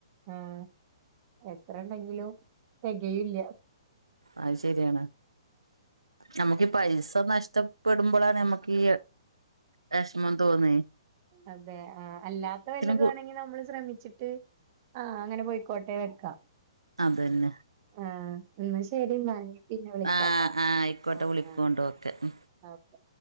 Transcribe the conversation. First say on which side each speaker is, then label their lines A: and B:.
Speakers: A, on the right; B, on the right.
A: ആഹ് എത്രണ്ടെങ്കിലും തെകയില്ല
B: അത് ശെരിയാണ് ഞമ്മക്ക് ഈ പൈസ നഷ്ടപ്പെടുമ്പളാണ് നമ്മക്ക് ഈ വെഷമം തോന്നെ
A: അതെ ആ അല്ലാത്ത വെല്ലതുവാണെങ്കി
B: കൂ
A: നമ്മള് ശ്രമിച്ചിട്ട് ആ അങ്ങനെ പോയിക്കോട്ടെ വെക്കാ
B: അതെന്നെ.
A: ആ ന്നാശെരി ബാക്കി പിന്നെ വിളിക്കാട്ടാ
B: ആ ആ ആയിക്കോട്ടെ
A: ആ
B: വിളിക്കോണ്ടു
A: ആ
B: ഓക്കെ ഉം
A: ഓക്കേ